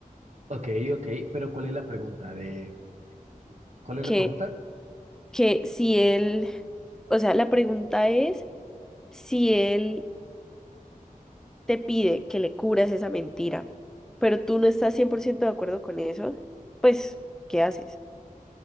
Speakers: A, on the right; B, in the centre.
A: Ok, ok, pero ¿cuál es la pregunta de, cuál es
B: que
A: la pregunta?
B: que si él, o sea, la pregunta es si él te pide que le curas esa mentira, pero tú no estás 100% de acuerdo con eso, pues, ¿qué haces?